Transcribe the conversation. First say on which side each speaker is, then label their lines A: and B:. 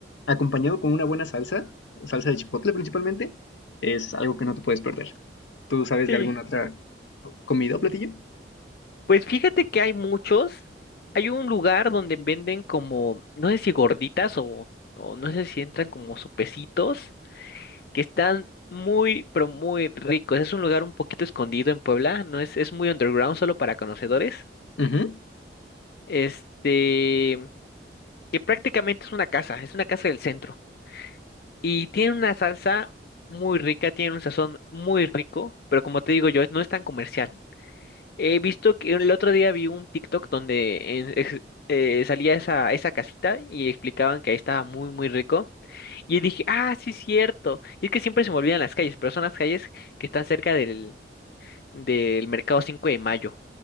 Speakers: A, on the left; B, on the left.
A: acompañado con una buena salsa, salsa de chipotle principalmente, es algo que no te puedes perder. ¿Tú sabes
B: Sí.
A: de alguna otra comida o platillo?
B: Pues fíjate que hay muchos. Hay un lugar donde venden como, no sé si gorditas o, o no sé si entran como sopecitos, que están muy, pero muy ricos. Es un lugar un poquito escondido en Puebla, no es, es muy underground, solo para conocedores.
A: Ujú,
B: Este, que prácticamente es una casa, es una casa del centro. Y tiene una salsa muy rica, tiene un sazón muy rico, pero como te digo yo, no es tan comercial. He visto que el otro día vi un TikTok donde en- ex- eh, salía esa, esa casita y explicaban que ahí estaba muy, muy rico. Y dije, ah, sí, es cierto. Y es que siempre se me olvidan las calles, pero son las calles que están cerca del, del mercado 5 de mayo.